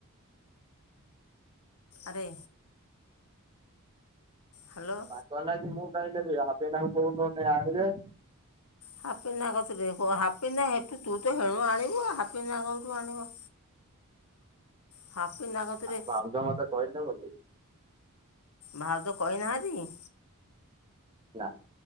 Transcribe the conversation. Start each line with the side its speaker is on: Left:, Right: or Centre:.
Left: ଆରେ ହ୍ୟାଲୋ
Right: ତା ଲାଗି ମୁଁ କାଇଁନେବି ହାପି ନାଙ୍କୁ କହୁନୁ ଗୋଟେ ଆଣିବେ
Left: ହାପି ନା କତିରେ କ ହାପି ନା ଏତେ ଦୁରରେ ତୁ ହେଣୁ ଆଣିବୁ ହାପି ନା କେୋଁଠୁ ଆଣିବ ହାପି ନା କତିରେ
Right: ଭାଉଜ ମତେ କହିଲେ ମୁଁ ନେବି।
Left: ଭାଉଜ କହିନାହାନ୍ତିକି
Right: ନା